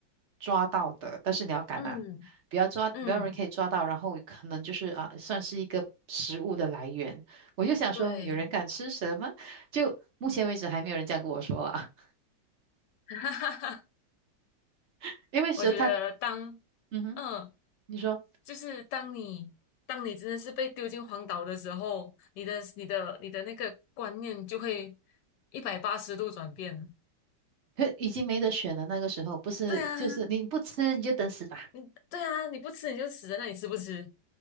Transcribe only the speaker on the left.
嗯
嗯，
对，
<laughs> 哈哈哈，
我觉得当
嗯，
就是当你当你真的是被丢进荒岛的时候，你的你的你的那个观念就会一百八十度转变了。
对啊，
嗯，对啊，你不吃你就死在那里，吃不吃？